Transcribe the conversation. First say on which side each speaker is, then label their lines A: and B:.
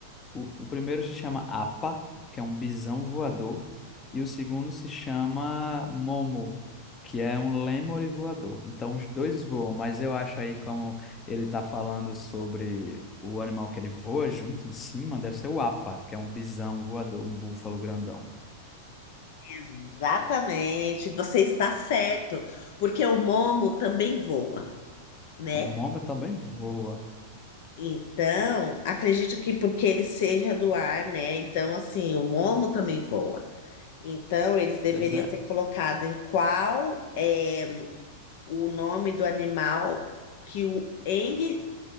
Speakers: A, on the left; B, on the left.
A: O, o primeiro se chama Apa, que é um bisão voador, e o segundo se chama Momo, que é um lêmure voador. Então, os dois voam, mas eu acho aí como ele está falando sobre o animal que ele voa junto em cima, deve ser o Apa, que é um bisão voador, um búfalo grandão.
B: Exatamente, você está certo, porque o Momo também voa, né?
A: O Momo também voa,
B: Então, acredito que porque ele seja do ar, né? Então, assim, o Momo também voa. Então, eles deveriam
A: pois é.
B: ter colocado em qual é o nome do animal que o Eng